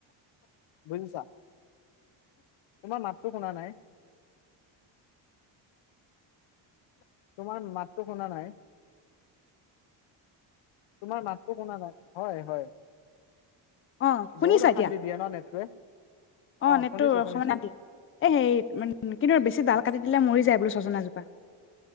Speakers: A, on the left (about 75°); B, on the left (about 25°).
A: বুজিছা। তোমাৰ মাততো শুনা নাই। তোমাৰ মাতটো শুনা নাই। তোমাৰ মাতটো শুনা নাই, হয় হয়।
B: অ শুনিছা
A: বহুত অশান্তি
B: এতিয়া
A: দিয়ে ন নেটটোৱে।
B: অ
A: অঁ
B: নেটটো
A: শুনিছোঁ
B: অকমান
A: শুনিছোঁ।
B: দিয়ে এ সেই মান কিন্তু আৰু বেছি ডাল
A: হয়
B: কাটি দিলে মৰি যায় বোলে ছজনাজোপা।